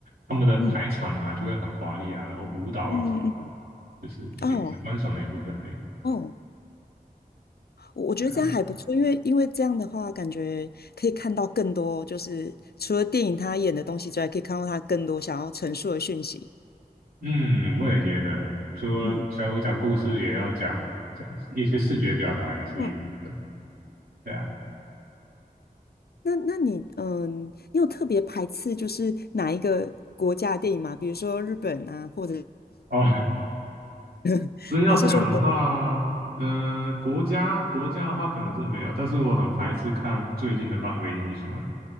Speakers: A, on the right; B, on the left.
A: 他们的排场啊就会很华丽啊，
B: 嗯
A: 然后舞蹈啊什么，
B: 嗯嗯，嗯
A: 就是也是观赏的一部分而已
B: 哦哦，我我觉得这样还不错，
A: 啊。
B: 因为因为这样的话，感觉可以看到更多，就是除了电影他演的东西之外，可以看到他更多想要陈述的讯息。
A: 嗯，我也觉得，除了小五讲故事，
B: 嗯，
A: 也要讲讲一些视觉表达，也是一部分。
B: 哦，
A: 对啊。
B: 那那你嗯，你有特别排斥就是哪一个国家的电影吗？比如说日本啊，或者
A: 哦，
B: <laughs>
A: 真要讲的话，
B: 还是说你都不
A: 嗯、国家国家的话可能是没有，但是我很排斥看最近的漫威英雄。